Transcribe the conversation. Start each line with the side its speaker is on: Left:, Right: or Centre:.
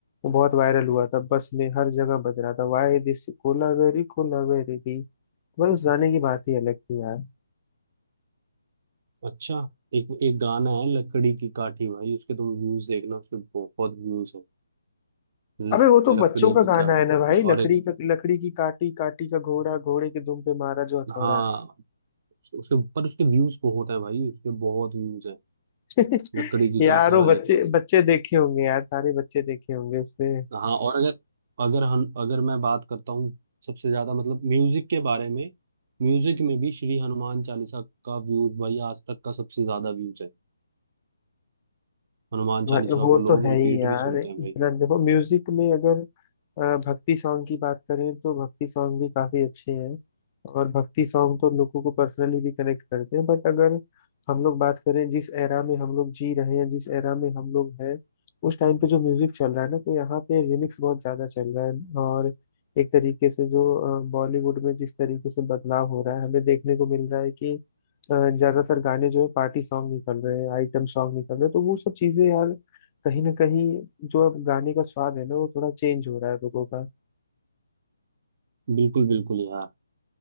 Left: वो बहुत वायरल हुआ था बस में हर जगह बज रहा था वाया दिस कोलावेरी कोलावेरी डी भाई उस गाने की बात ही अलग थी यार
Right: अच्छा एक एक गाना है लकड़ी की काठी भाई उसके तुम व्यूज देखना उसके बहुत व्यूज है लकड़ी
Left: अबे वो तो बच्चों का
Right: की
Left: गाना
Right: काठी
Left: है ना भाई
Right: और
Left: लकड़ी
Right: एक
Left: का लकड़ी की काटी काटी का घोड़ा घोड़े के दुम पे मारा जो हथौड़ा
Right: हाँ उसके ऊपर उसके व्यूज बहुत है भाई उसके बहुत व्यूज है
Left: <laughs>
Right: लकड़ी की
Left: यार
Right: काठी
Left: वो
Right: वाले
Left: बच्चे
Right: के
Left: बच्चे देखे होंगे यार सारे बच्चे देखे होंगे उसमें
Right: हाँ और अगर अगर हम अगर मैं बात करता हूँ सबसे ज्यादा मतलब म्यूजिक के बारे में म्यूजिक में भी श्री हनुमान चालीसा का व्यूज भाई आज तक का सबसे ज्यादा व्यूज है हनुमान
Left: भाई
Right: चालीसा
Left: वो
Right: को लोग
Left: तो है
Right: रिपीट
Left: ही यार
Right: में सुनते
Left: इतना
Right: हैं भाई
Left: देखो म्यूजिक में अगर अ, भक्ति सॉन्ग की बात करें तो भक्ति सॉन्ग भी काफी अच्छे हैं और भक्ति सॉन्ग तो लोगों को पर्सनली भी कनेक्ट करते हैं बट अगर हम लोग बात करें जिस एरा में हम लोग जी रहे हैं जिस एरा में हम लोग हैं उस टाइम पे जो म्यूजिक चल रहा है ना तो यहाँ पे रिमिक्स बहुत ज्यादा चल रहा है और एक तरीके से जो अ, बॉलीवुड में जिस तरीके से बदलाव हो रहा है हमें देखने को मिल रहा है कि अ, ज्यादातर गाने जो है पार्टी सॉन्ग निकल रहे हैं आइटम सॉन्ग निकल रहे हैं तो वो सब चीजें यार कहीं ना कहीं जो अब गाने का स्वाद है ना वो थोड़ा चेंज हो रहा है लोगों का
Right: बिल्कुल बिल्कुल यार